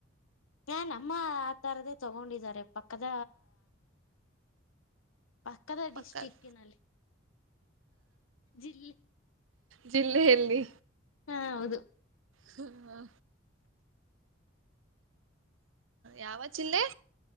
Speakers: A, on the left (about 85°); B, on the right (about 80°).
A: ಹಾ ನಮ್ಮ ಆ ತರದೇ ತಗೊಂಡಿದಿದ್ದಾರೆ ಪಕ್ಕದ ಪಕ್ಕದ ಡಿಸ್ಟಿಕ್ನಲ್ಲಿ
B: ಪಕ್ಕ
A: ಜಿಲ್ಲೆ
B: ಜಿಲ್ಲೆಯಲ್ಲಿ
A: ಹಾ ಹೌದು
B: ಹಾ ಯಾವ ಜಿಲ್ಲೆ